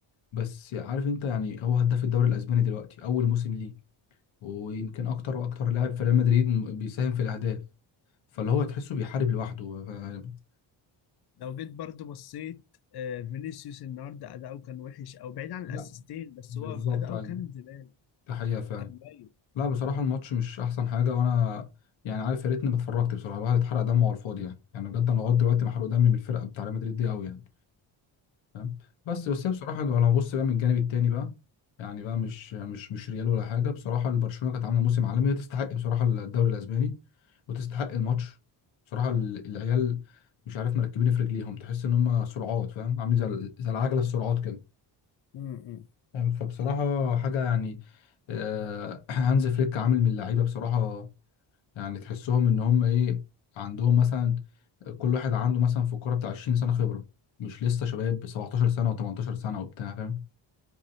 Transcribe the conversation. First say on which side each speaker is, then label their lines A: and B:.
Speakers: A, on the left (about 65°); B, on the left (about 50°).
A: بس عارف انت يعني هو هداف الدوري الاسباني دلوقتي اول موسم ليه ويمكن اكتر واكتر لاعب في ريال مدريد م- بيساهم في الاهداف فاللي هو تحسه بيحارب لوحده ف...
B: لو جيت برضه بصيت آه، فينيسيوس النهارده اداؤه كان وحش او بعيد عن الاسيستين
A: لا
B: بس
A: بالظبط
B: هو اداؤه
A: ايوه
B: كان زباله
A: ده حقيقة فعلا
B: كان ميت
A: لا بصراحة الماتش مش أحسن حاجة وأنا يعني عارف يا ريتني ما اتفرجت بصراحة الواحد اتحرق دمه على الفاضي يعني يعني بجد أنا لغاية دلوقتي محروق دمي من الفرقة بتاع ريال مدريد دي أوي يعني فاهم بس بس هي بصراحة لو هنبص بقى من الجانب التاني بقى يعني بقى مش مش مش ريال ولا حاجة بصراحة البرشلونة كانت عاملة موسم عالمي تستحق بصراحة الدوري الأسباني وتستحق الماتش بصراحة ال- العيال مش عارف مركبين في رجليهم تحس إن هم سرعات فاهم عاملين زي ال- زي العجلة السرعات كده
B: امم
A: فاهم؟ فبصراحة حاجة يعني آه، <clears throat> هانز فليك عامل من اللعيبة بصراحة يعني تحسهم إن هم إيه عندهم مثلا كل واحد عنده مثلا في الكورة بتاع 20 سنة خبرة مش لسه شباب 17 سنة و18 سنة وبتاع فاهم